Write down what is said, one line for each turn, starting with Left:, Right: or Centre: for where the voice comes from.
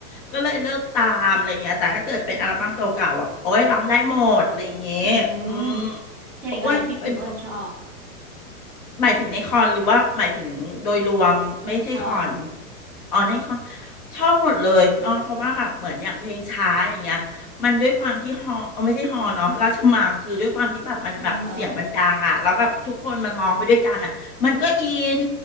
Left: ก็เลยเลิกตามอะไรเงี้ยแต่ถ้าเกิดเป็นอัลบั้มเก่าๆอ่ะโอ้ยร้องได้หมดอะไรอย่างเงี้ยอืม
Centre: อืมเพลงอะไรที่คุณอ้วนชอบ
Left: อ้วนเป็น หมายถึงในคอนหรือว่าหมายถึงโดยรวมไม่ใช่คอน
Centre: ในคอน
Left: อ๋อในคอนชอบหมดเลยคุณอ้อเพราะว่าแบบเหมือนอย่างเพลงช้าอย่างเงี้ยมันด้วยความที่ฮอเออไม่ใช่ฮอเนาะราชมังคือด้วยความที่แบบมันแบบเสียงมันดังอ่ะแล้วแบบทุกคนมันร้องไปด้วยกันอ่ะมันก็อิน
Centre: อ่อฮะ